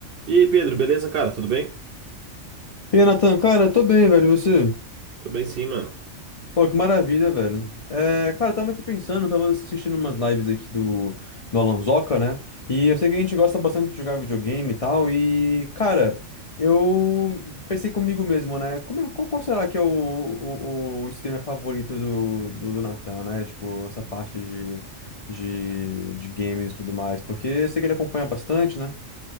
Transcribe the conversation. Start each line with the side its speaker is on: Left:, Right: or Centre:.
Right: E aí, Pedro, beleza, cara? Tudo bem?
Left: E aí, Nathan, cara, tô bem, velho, e você?
Right: Tô bem sim, mano.
Left: Pô, que maravilha, velho. É, cara, eu tava aqui pensando, eu tava assistindo umas lives aqui do, do Alanzoca, né? E eu sei que a gente gosta bastante de jogar videogame e tal, e, cara, eu pensei comigo mesmo, né? Como é- qual, qual será que é o, o, o streamer favorito do, do, do Nathan, né? Tipo, essa parte de, de, de games e tudo mais, porque eu sei que ele acompanha bastante, né?